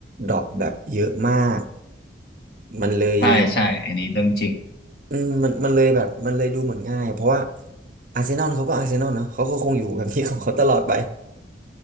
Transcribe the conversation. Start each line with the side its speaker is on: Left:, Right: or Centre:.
Right: ดรอปแบบเยอะมากมันเลย
Left: ใช่ใช่อันนี้เรื่องจริง
Right: อืมมันมันเลยแบบมันเลยดูเหมือนง่ายเพราะว่าอาร์เซนอลเขาก็อาร์เซนอลเนาะเขาก็คงอยู่แบบนี้ของเขาตลอดไป